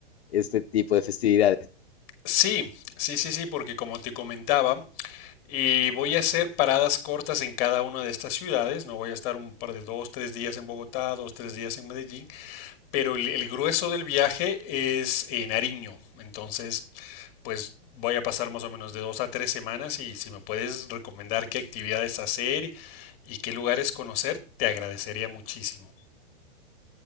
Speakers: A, on the left; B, on the left.
A: este tipo de festividades.
B: Sí, sí, sí, sí, porque como te comentaba, eh, voy a hacer paradas cortas en cada una de estas ciudades, no voy a estar un par de dos, tres días en Bogotá, dos, tres días en Medellín, pero el, el grueso del viaje es en Nariño, entonces, pues voy a pasar más o menos de dos a tres semanas y si me puedes recomendar qué actividades hacer y qué lugares conocer, te agradecería muchísimo.